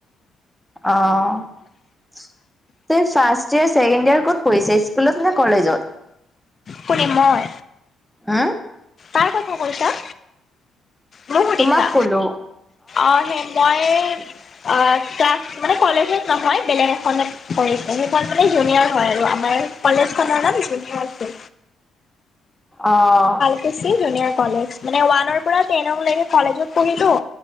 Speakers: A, in the centre; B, on the left.
A: অ', তুমি ফাৰ্ষ্ট ইয়োৰ চছেকেণ্ড ইয়াৰ ক'ত পঢ়িছে? স্কুলত নে কলেজত?
B: কোনে মই?
A: উম।
B: কাৰ কথা কৈছা? মোক সুধিছা?
A: তোমাক কলো
B: অ', সেই মই অ', ক্লাছ মানে কলেজত নহয়, বেলেগ এখনত পঢ়িছে সেইখন মানে জুনিয়ৰ হয়, আৰু আমাৰ কলেজ খনৰ নাম জুনিয়াৰ আছিল।
A: অ'।
B: <unintelligible> জুনিয়ৰ কলেজ মানে ওৱানৰ পৰা টেন লৈকে কলেজত পঢ়িলো।